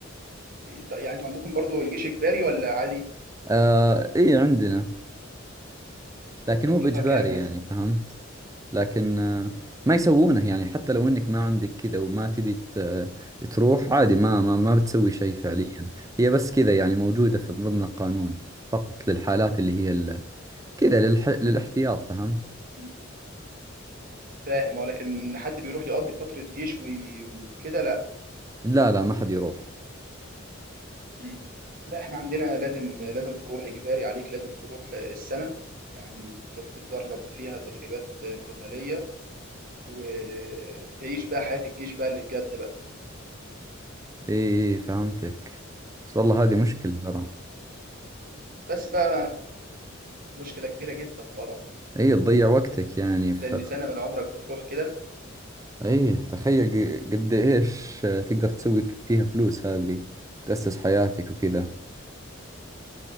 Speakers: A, on the right (about 45°); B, on the right (about 15°).
A: انت- يعني انتوا عندكم برضه الجيش اجباري ولا عادي؟
B: آه اي عندنا لكن
A: او فترتها
B: مو باجباري
A: كام مثلا؟
B: يعني فهمت لكن آه ما يسوونه يعني حتى لو انك ما عندك كذا وما تبي ت- تروح عادي ما ما ما بتسوي شيء فعليا
A: مم.
B: هي بس كذا يعني موجودة في ضمن القانون فقط للحالات اللي هي ال- كذا للح... للاحتياط فهمت
A: مم. فاهم اه لكن حد بيروح يقضي فترة جيش وي- وكده لا
B: لا لا ما حد يروح
A: مم. لا احنا عندنا لازم لازم تروح اجباري عليك لازم تروح آه، السنة يعني تروح تتدرب فيها تدريبات آه، قتالية وبتعيش بقى حياة الجيش بقى اللي بجد بقى
B: اي فهمتك بس والله هذه مشكلة ترى
A: بس بقى مشكلة كبيرة جدا طبعا
B: اي تضيع وقتك يعني ف
A: لأن سنة من عمرك بتروح كده
B: اي تخيل ق- قد ايش تقدر تسوي فيها فلوس هذه تأسس حياتك وكذا